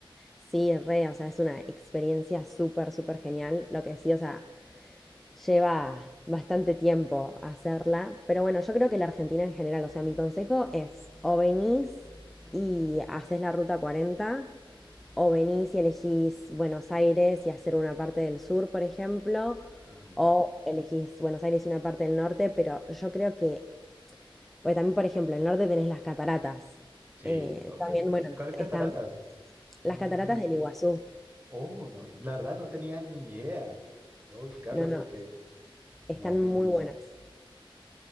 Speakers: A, in the centre; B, on the right.
A: Sí, re, o sea, es una experiencia súper, súper genial. Lo que sí, o sea, lleva bastante tiempo hacerla, pero bueno, yo creo que la Argentina en general, o sea, mi consejo es o venís y haces la ruta cuarenta, o venís y elegís Buenos Aires y hacer una parte del sur, por ejemplo,
B: Ujú.
A: o elegís Buenos Aires y una parte del norte, pero yo creo que, porque también, por ejemplo, el norte tenés las cataratas,
B: Sí,
A: eh,
B: ok.
A: también, bueno,
B: ¿Cuáles cataratas?
A: están
B: No,
A: las cataratas
B: no sé
A: del Iguazú,
B: Oh, no, la verdad no tenía ni idea. Voy a buscarlas
A: no, no,
B: porque no,
A: están
B: no.
A: muy buenas.